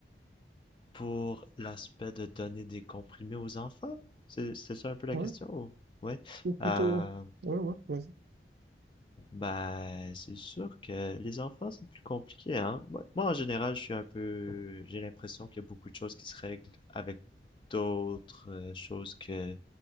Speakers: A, on the left; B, on the right.
A: Pour l'aspect de donner des comprimés aux enfants? C'est c'est ça un peu la
B: Ouais,
A: question? ou- Ouais.
B: ou plutôt...
A: Euh,
B: Ouais, ouais, vas-y.
A: Ben, c'est sûr que les enfants, c'est plus compliqué, hein. Moi, moi, en général, je suis un peu... J'ai l'impression qu'il y a beaucoup de choses qui se règlent avec d'autres euh, choses que,